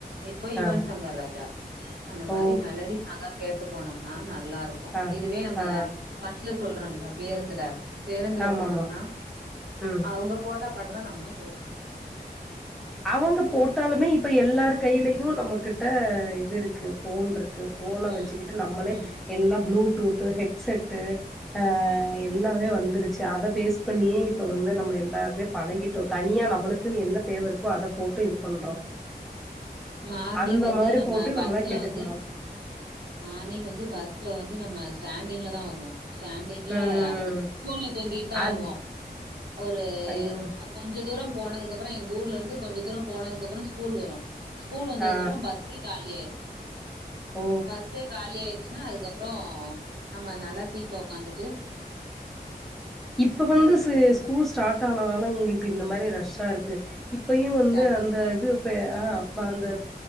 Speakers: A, on the right (about 75°); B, in the centre.
A: இப்போ யுவன்
B: ஆ
A: சங்கர் ராஜா அந்த மாரி
B: ஓ!
A: மெலடி சாங்கா கேட்டு போனோம்னா நல்லாருக்கும்
B: ஆ
A: இதுவே நம்ம
B: ஆ
A: பஸ்ல சொல்றோம்ல பேருந்துல பேருந்துல
B: ஆமாமா.
A: போனோம்ன
B: ம்.
A: அவங்க போட்டா பாட்டதா நம்ம கேட்கணு
B: அவங்க போட்டாலுமே இப்ப எல்லாருக் கைலயும் நம்மகிட்ட இது இருக்கு ஃபோன்ட்ருக்கு ஃபோன
A: ம்
B: வச்சுக்கிட்டு நம்மளே
A: ம்
B: எல்லாம் ப்ளூடூத்து ஹெடட்செட்டு அ எல்லாமே வந்துருச்சு அத பேஸ் பண்ணியே இப்ப வந்து நம்ம எல்லாருமே பழகிட்டோம் தனியா நம்மளுக்குன் என்ன தேவருக்கோ அத போட்டு இது பண்றோ
A: மார்னிங்
B: அந்த
A: வந்து
B: மாரி
A: நம்ம
B: போட்டு
A: பஸ்ல
B: நம்மள கேட்டுக்லா
A: வந்து மார்னிங் வந்து பஸ்ல வந்து நம்ம ஸ்டாண்டிங்ல தா வருவோ ஸ்டாண்டிங்ல
B: ம்
A: அது தூண்ல தொங்கிட்தா
B: அது
A: வருவோ ஒரு
B: ஐயோ
A: கொஞ்ச தூரோ போனதுகப்புறோ எங்க ஊர்லருந்து கொஞ்ச தூரோ போனதுக்கப்புரோ ஸ்கூல் வரும் ஸ்கூல் வந்ததுகப்புறோ
B: ஆ
A: பஸ்ஸே காலி ஆயிரும்
B: ஓ
A: பஸ்ஸே காலி ஆயிருச்சுன்னா அதுக்கப்புறோ நம்ம நல்லா சீட்ல ஒக்காந்துட்டு
B: இப்ப வந்து ச ஸ்கூல் ஸ்டார்ட் ஆனனால உங்களுக்கு இந்த மாரி ரஷ்ஷாருக்கு இப்பையும் வந்து
A: டேஃபன்
B: அந்த இதுப்பே அ அந்த